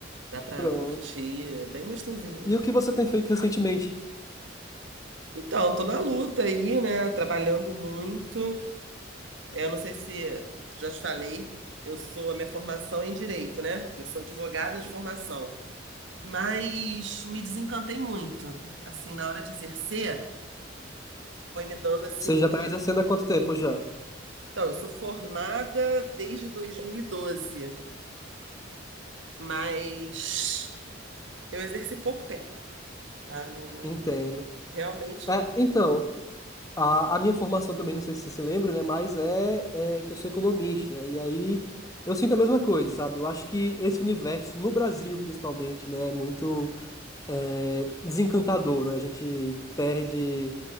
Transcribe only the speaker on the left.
Pronto.
E o que você tem feito recentemente?
Você já tá
exercendo há quanto tempo já?
Entendo.
É,
então, a, a minha formação também, não sei se você se lembra, né? Mas é, é que eu sou economista, né? E aí eu sinto a mesma coisa, sabe? Eu acho que esse universo, no Brasil principalmente, né? É muito é, desencantador, né? A gente perde